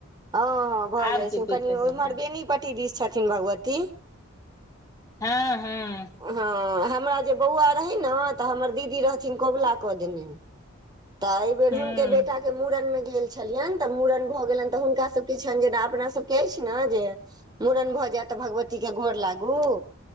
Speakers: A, on the right; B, on the left.
A: हँ हँ भऽ
B: आब
A: जाइ
B: जेबै
A: छै कनि
B: तऽ जेबै
A: उम्हर बेनीपट्टी दिश छथिन भगवती।
B: हँ -हँ
A: हँ हमरा जे बौआ रहै नऽ तऽ हमर दीदी रहथिन कबुला कऽ देने। तऽ एहि बेर
B: हूँ
A: हुनके बेटा के मूड़न मे गेल छलियनि तऽ मूड़न भऽ गेलनि। तऽ हुनका सभके छनि जे अपना सबके अछि नऽ जे। मूड़न भऽ जाय तऽ भगवतीके गोर लागू